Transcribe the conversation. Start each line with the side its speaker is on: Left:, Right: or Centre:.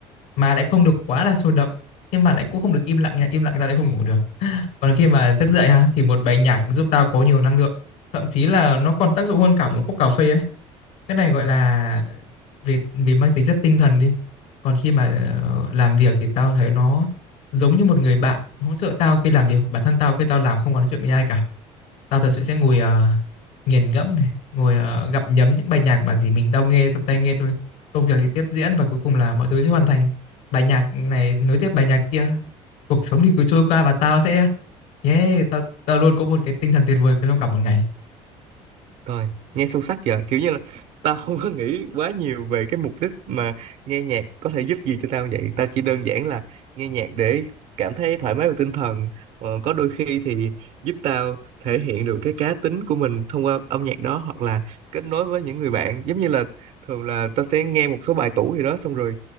Left: mà lại không được quá là sôi động nhưng mà lại cũng không được im lặng nha im lặng tao lại không ngủ được còn khi mà giấc dậy ha thì một bài nhạc giúp tao có nhiều năng lượng thậm chí là nó còn tác dụng hơn cả một cốc cà phê ấy cái này gọi là vì vì mang tính chất tinh thần đi còn khi mà ờ, làm việc thì tao thấy nó giống như một người bạn hỗ trợ tao khi làm việc bản thân tao khi tao làm không có nói chuyện với ai cả tao thật sự sẽ ngồi ờ, nghiền ngẫm này ngồi ờ, gặm nhấm những bài nhạc mà gì mình tao nghe trong tai nghe thôi công việc thì tiếp diễn và cuối cùng là mọi thứ sẽ hoàn thành bài nhạc này nối tiếp bài nhạc kia cuộc sống thì cứ trôi qua và tao sẽ yeah tao tao luôn có một cái tinh thần tuyệt vời trong cả một ngày
Right: Coi, nghe sâu sắc giờ kiểu như là tao không có nghĩ quá nhiều về cái mục đích mà nghe nhạc có thể giúp gì cho tao vậy tao chỉ đơn giản là nghe nhạc để cảm thấy thoải mái về tinh thần ờ, có đôi khi thì giúp tao thể hiện được cái cá tính của mình thông qua âm nhạc đó hoặc là kết nối với những người bạn giống như là thường là tao sẽ nghe một số bài tủ gì đó xong rồi